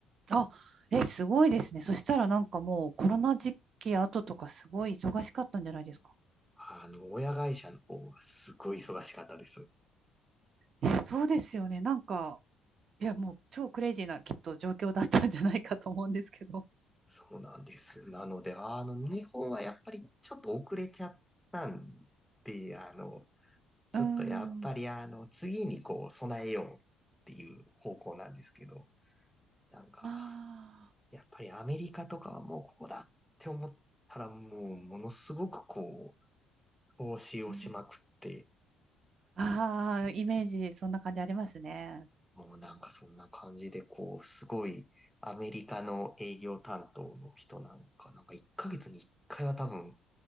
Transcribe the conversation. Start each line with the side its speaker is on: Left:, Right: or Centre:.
Right: あ、え、すごいですね。そしたらなんかもうコロナ時期後とかすごい忙しかったんじゃないですか。
Centre: あの、親会社の方はすごい忙しかったです。
Right: えそうですよね。なんか、いや、もう超クレイジーなきっと状況だったんじゃないかと思うんですけど。
Centre: そうなんです。なので、あの、日本はやっぱりちょっと遅れちゃったんで、あの、
Right: <laughs>
Centre: ちょっとやっぱりあの、
Right: うーん。
Centre: 次にこう、備えようっていう方向なんですけど、なんか、
Right: あ
Centre: やっぱりアメリカとかはもうここだって思ったらもう、ものすごくこう、投資をしまくって、
Right: あ。うんああ、イメージ、そんな感じありますね。
Centre: もうなんかそんな感じで、こう、すごいアメリカの営業担当の人なんか、なんか1ヶ月に1回は多分